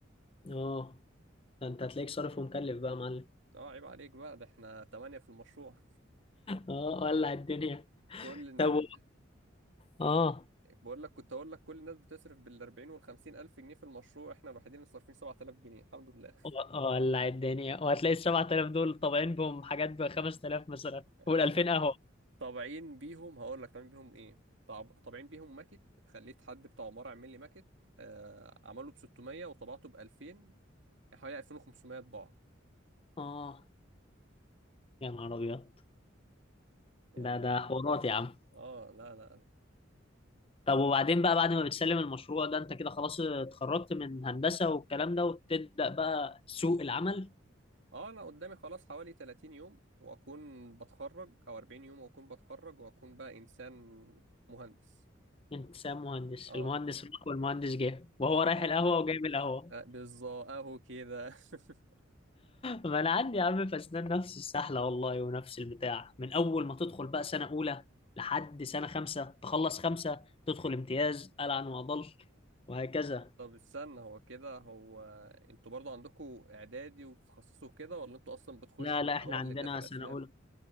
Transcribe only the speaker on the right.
اه عيب عليك بقى ده احنا تمانية في المشروع
<laughs> كل الناس
بت...
بقول لك كنت أقول لك كل الناس بتصرف بالأربعين والخمسين ألف جنيه في المشروع احنا الوحيدين اللي صارفين سبعة آلاف جنيه الحمد لله
<laughs>
طابعين بيهم هقول لك طابعين بيهم ايه طاب- طابعين بيهم ماكت خليت حد بتاع عمارة يعمل لي ماكت آه عمله ب 600 وطبعته ب 2000 يعني حوالي 2500 طباعة
يعني
اه لا لا
اه انا قدامي خلاص حوالي 30 يوم واكون بتخرج او 40 يوم واكون بتخرج واكون بقى انسان مهندس
اه
طيب.
آه، بالظبط اهو كده <laughs>
طب استنى هو كده هو انتوا برضو عندكم اعدادي وتخصصوا كده ولا انتوا اصلا بتخش
من
الاول
للاخر
اسنان